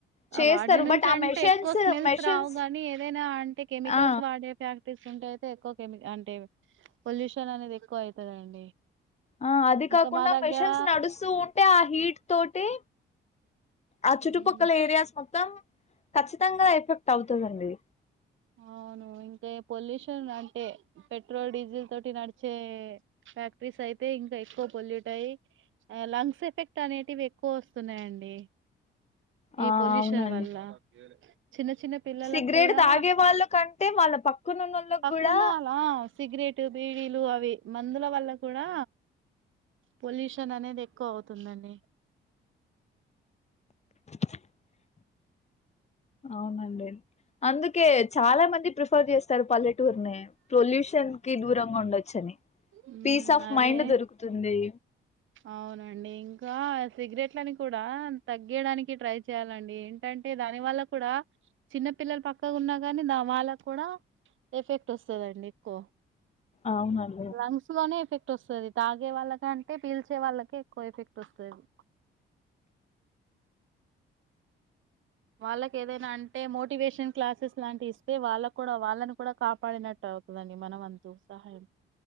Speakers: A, on the left (about 35°); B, on the right (about 80°).
A: చేస్తారు
B: వాటి నుంచి
A: బట్ ఆ
B: అంటే
A: మెషన్స్
B: ఎక్కువ స్మెల్స్
A: మెషన్స్
B: రావుగాని ఏదైనా అంటే కెమికల్స్
A: ఆ
B: వాడే ఫ్యాక్ట తీసుకుంటే అయితే ఎక్కువె అంటే పొల్యూషన్ అనేది ఎక్కువ అయితదండి
A: ఆ అది కాకుండా
B: ఇంకా మా దగ్గర
A: మెషన్స్ నడుస్తూ ఉంటే ఆ హీట్ తోటి ఆ చుట్టుపక్కల
B: ఉమ్,
A: ఏరియాస్ మొత్తం ఖచ్చితంగా ఎఫెక్ట్ అవుతదండి
B: అవును ఇంకా పొల్యూషన్ అంటే పెట్రోల్ డీజిల్ తోటి నడిచే ఫ్యాక్టరీస్ అయితే ఇంకా ఎక్కువ పొల్యూట్ అయ్యి లంగ్స్ ఎఫెక్ట్ అనేటివి ఎక్కువ వస్తున్నాయండి
A: ఆ
B: ఈ పొల్యూషన్
A: అవునండి
B: వల్ల చిన్న చిన్న పిల్లలకు
A: సిగరెట్
B: కూడా
A: తాగే వాళ్ళ కంటే వాళ్ళ పక్కనునోళకి
B: పక్కున్న
A: కూడా
B: అలా సిగరెట్ బీడీలు అవి మందుల వల్ల కూడా పొల్యూషన్ అనేది ఎక్కువ అవుతుందండి
A: <unintelligible> అవునండి అందుకే చాలా మంది ప్రిఫర్ చేస్తారు పల్లెటూర్ని పొల్యూషన్ కి దూరంగా ఉండొచ్చని
B: ఉమ్
A: పీస్ ఆఫ్
B: అదే
A: మైండ్ దొరుకుతుంది
B: అవునండి ఇంకా సిగరెట్లని కూడా తగ్గియడానికి ట్రై చేయ్యాలండి ఏంటంటే దానివల్ల కూడా చిన్న పిల్లలు పక్కకు ఉన్నా కానీ ద వాళ్ళకి కూడా ఎఫెక్ట్ వస్తదండి ఎక్కువ
A: అవునండి
B: లంగ్స్ లోనే ఎఫెక్ట్ తాగే వాళ్ళకంటే పీల్చే వాళ్ళకే ఎక్కువ ఎఫెక్ట్ వస్తది వాళ్ళకి ఏదైనా అంటే మోటివేషన్ క్లాసెస్ లాంటి ఇస్తే వాళ్ళకు కూడా వాళ్ళని కూడా కాపాడినట్టు అవుతుదండి మన వంతు సహాయం